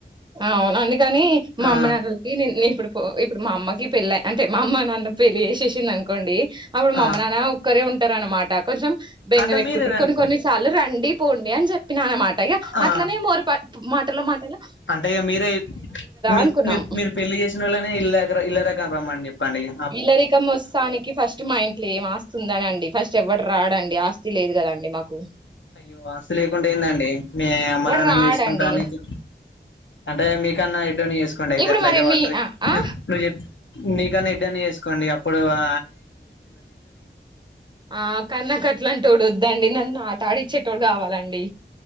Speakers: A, on the right; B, on the left.
A: అ అవునండి కాని మా
B: ఆ
A: అమ్మ నాన్నలకి నే నేను ఇప్పుడు ఇప్పుడు మా అమ్మకి పెళ్ళ అంటే మా అమ్మ నన్ను పెళ్ళి చేేసేసింది అనుకోండి అప్పుడు మామ్మ
B: ఆ
A: నాన్న ఒక్కరే ఉంట ంటార అనమాట కొంచెం బెంగ
B: అంటే
A: పెట్టుకుంట్రారు
B: మీరేనండి
A: కొన్ని కొన్నిసార్లు రండి పోండి అని చెప్పిన అనమాట ఇ
B: ఆ
A: అట్లనే మోరు మాటలో మాటల.
B: అంటే ఇక మీరే మీరు
A: అనుకున్నాం
B: మీరు మీరు పెళ్ళలి చేసిన వాళ్ళనే ఇల్ళర ఇళ్ళ రకరం రమ్మ అని చెప్పండి ఇక
A: ఇల్లరికం వస్తానికి ఫస్ట్ మా ఇంట్లో ఏం ఆస్తుందనిండి ఫస్ట్ చివరి రాడండి ఆస్తి లేదు కదండి మాకు
B: అయ్యో వాస్తు లేకుంటే ఎందండి. మీ అమ్మ
A: వాడు
B: నాన్నని
A: రాడండి
B: చూసుకుంటానికి అంటే మీ కన్నా చేసుకోండి అయితే
A: ఇప్పుడు
B: ఎట్ల
A: మరి
B: అయితే వాడు
A: మీ
B: నువ్వు
A: ఆ ఆ
B: చె న ఓ ఇద్దనే అని చేసుకోండి అప్పుడు ఆ
A: ఆ కాన్ల కు అంట్లదోడు వద్దు ఇదండి నన్ను ఆట ఆడిచ్చేటోడు కావాలండి